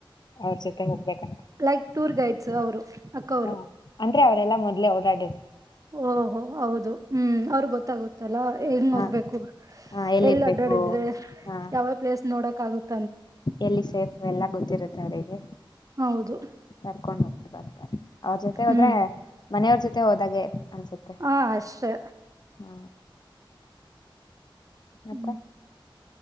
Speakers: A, on the left; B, on the right.
A: ಅವ್ರ ಜೊತೆ ಹೋಗ್ಬೇಕ
B: ಲೈಕ್ ಟೂರ್ ಗೈಡ್ಸ್ ಅವರು ಅಕ್ಕ ಅವರು.
A: ಹ್ಮ ಅಂದ್ರೆ ಅವ ಎಲ್ಲ ಮೊದಲೇ ಓಡಾಡ
B: ಓಹೋ ಹೌದು ಹ್ಮ್ ಅವ್ರ ಗೊತ್ತಾಗುತ್ತಲ್ಲಾ ಹೆಂಗ
A: ಹಾ
B: ಹೋಗ್ಬೇಕು
A: ಹಾ ಎಲ್ಲಿರ್ಬೇಕು
B: ಎಲ್ಲಿ ಅಡ್ಡಾಡಿದ್ರೆ
A: ಹಾ
B: ಯಾವ ಪ್ಲೇಸ್ ನೋಡಕ್ ಆಗುತ್ತೆ
A: ಎಲ್ಲಿ ಸೇಪು ಎಲ್ಲ ಗೊತ್ತಿರುತ್ತೆ ಅವರಿಗೆ
B: ಹೌದು
A: ಕರ್ಕೊಂಡೋಗಬಟ್ಟು ಬರ್ತಾರೆ ಅವ್ರ ಜೊತೆ ಹೋದ್ರೆ
B: ಹ್ಮ್
A: ಮನೆಯವ್ರ ಜೊತೆ ಹೋದಾಗೆ ಅನ್ಸುತ್ತೆ
B: ಹ ಅಷ್ಟೇ
A: ಹಾ ಮತ್ತೆ
B: ಹ್ಮ್